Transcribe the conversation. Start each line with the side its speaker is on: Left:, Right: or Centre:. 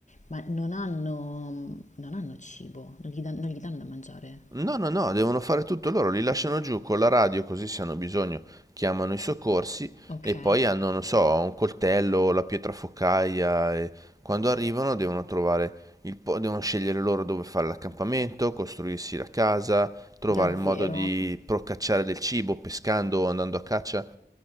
Left: Ma non hanno, non hanno cibo, non gli, dan- non gli danno da mangiare.
Right: No, no, no, devono fare tutto loro, li lasciano giù con la radio così se hanno bisogno chiamano i soccorsi
Left: Ok,
Right: e poi hanno, non so, un coltello, la pietra focaia e quando arrivano devono trovare il po- devono scegliere loro dove fare l'accampamento, costruirsi la casa, trovare
Left: da
Right: il modo
Left: zero.
Right: di procacciare del cibo pescando o andando a caccia.